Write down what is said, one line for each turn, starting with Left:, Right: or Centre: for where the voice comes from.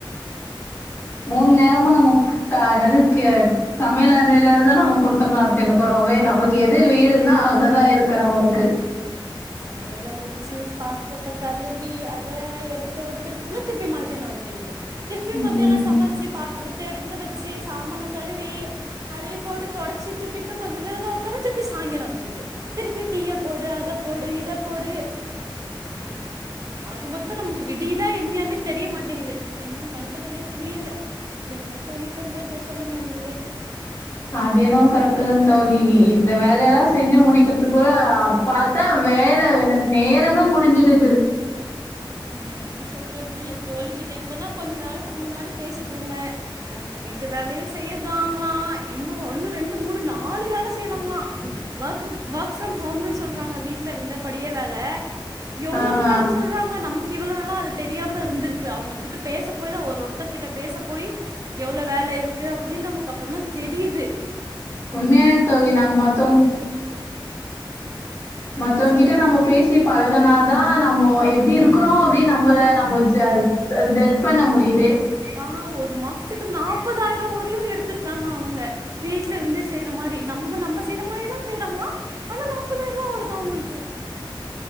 Left: மூண் நேரமு நம்மோ காலல் கேட் சமைல் அறைல இருந்தா நம்ம குடுத்தன் நடுத்தின்குறோ வே நமக்கு எது வீடுன்னா அங்கதா இருக்கு நம்மளுக்கு
Right: சமைல முடிச்சு பாத்ரத்த கழுவி அத எடுத்து வக்கிற்துக்குள்ள திருப்பி மதியானோ வந்துடுது திருப்பி
Left: ம்
Right: மதியானோ சமச்சி பாத்துரத் த எடுத்து வெச்சி சாமான கழுவி அள்ளி போட்டு தொடச்சி தூக்கிட் போய் கொஞ்ச நேரதா உக்காரே திருப்பி சாய்ங்காலோ வந்துர்து திருப்பி டீய போடு அத போடு இ த போடு ஆக மொத்தோ நமுக்கு விடிதா என்னியானே தெரியமாட்டேங்குது என்ன பண்றதுனே புரியல என்ன தோழி பண்றது சொல்லுங்க நீங்ளே
Left: அது ஏனோ கரெக்ட்டு தா தோழி இ இந்த வேலலா செஞ்சு முடிக்கற்துக்குள்ள அ பாத்தா வேல நே நேரந்தா முடிஞ்சுடுது
Right: என்ன சொல்ற இனி எ தோழிக்கிட்ட இப்போதா கொஞ்ச நேர த்துக்கு முன்னாடி பேசிட்டிருந்த அவுங்க வீட்டு வேலயு செய்யுற்தாங்ளா இன்னு ஒன்னு ரெண்டு மூணு நாலு வேல செய்றாங்ளா வகிரு வெக் ஃப்ரம் ஹோம்னு சொல்றாங்க வீட்ல இருந்த படியே வேல எவுளோ
Left: ஆஹா
Right: வேல சொல்றாங்க நமக் இவுளோ நாளா அது தெரியாம இருந்திருக்கு அவுங்ககிட்ட பேச போய்தா ஒரு ஒருத்தர் கிட்ட பேச போய் எவுளோ வேல இருக்கு அப்புடின் நமுக்கு அப்பந்தா தெரியிது
Left: உண்மியாவே தோழி நாங்க மத்தோங் மத்தவங்கிட்ட
Right: சொல்லுங்கள்
Left: நம்மோ பேசி பழகனாதா <unintelligible> நம்போ எப்டி இருக்குறோ அப்டீன் நம்பள நம்போ ஜ அ ஜட்ஜ் பண்ண முடியிது
Right: ஆ ஒரு மாஸ்த்துக்கு நாப்பதாயிரோ வரையு எடுத் தாங்கலா அவுங்க வீட்ல இருந்தே இந்த மாரி நம்ம நம்ம செய்ற மாரிதா செய்றாங்ளா ஆனா நாப்பதாய்ருவா வருதா அவுங்குளுக்கு